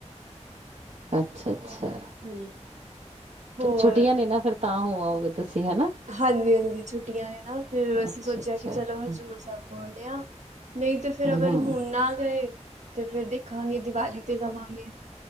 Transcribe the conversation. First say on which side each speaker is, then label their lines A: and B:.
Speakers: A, on the right; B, on the right.
A: ਅੱਛਾ- ਅੱਛਾ।
B: ਹਾਂਜੀ ਹੋਰ
A: ਅੱਛਾ ਛੁੱਟੀਆਂ ਨੇ ਨਾ ਫੇਰ ਤਾਂ ਹੋ ਆਵੋਗੇ। ਤੁਸੀਂ ਹਨਾ।
B: ਹਾਂਜੀ- ਹਾਂਜੀ ਛੁੱਟੀਆਂ ਨੇ ਨਾ ਫਿਰ ਅਸੀਂ
A: ਅੱਛਾ
B: ਸੋਚਿਆ
A: ਅੱਛਾ
B: ਕਿ ਚਲੋ, ਹਜ਼ੂਰ
A: ਹਮ
B: ਸਾਹਿਬ ਬੋਲਦੇ ਹਾਂ। ਨਹੀਂ ਤੇ ਫਿਰ ਅਗਰ
A: ਹਮ
B: ਹੁਣ ਨਾ ਗਏ। ਤੇ ਫੇਰ ਦੇਖਾਂਗੇ ਦੀਵਾਲੀ ਤੇ ਜਾਵਾਂਗੇ